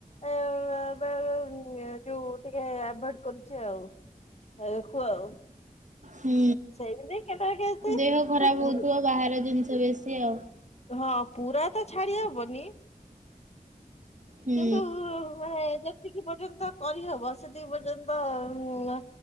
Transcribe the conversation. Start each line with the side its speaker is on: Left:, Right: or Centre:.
Left: ଅ ଯୋଉ ଟିକେ ଆଭଏଡ କରୁଛି ଆଉ ଖାଇଆକୁ ଆଉ।
Right: ହୁଁ
Left: ସେମିତି କେତେବେଳେ କେମିତି
Right: ଦେହ ଖରାପ ହଉଥିବ ବାହାର ଜିନିଷ ସେ ବେଶୀ ଆଉ।
Left: ହଁ ପୁରା ତ ଛାଡି ହବନି।
Right: ହୁଁ
Left: କିନ୍ତୁ ଊ ମାନେ ଯେତିକି ପର୍ଯ୍ୟନ୍ତ କରିହବ ସେତିକି ପର୍ଯ୍ୟନ୍ତ ଅ